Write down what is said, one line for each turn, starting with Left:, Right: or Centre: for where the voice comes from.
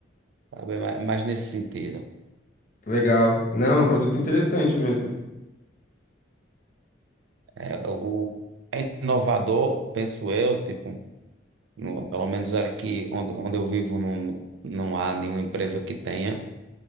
Right: sabe? Ma- Mas nesse sentido.
Left: Legal. Não, é um produto interessante mesmo.
Right: É, o, é inovador, penso eu, tipo, no- pelo menos aqui onde, onde eu vivo não, não não há nenhuma empresa que tenha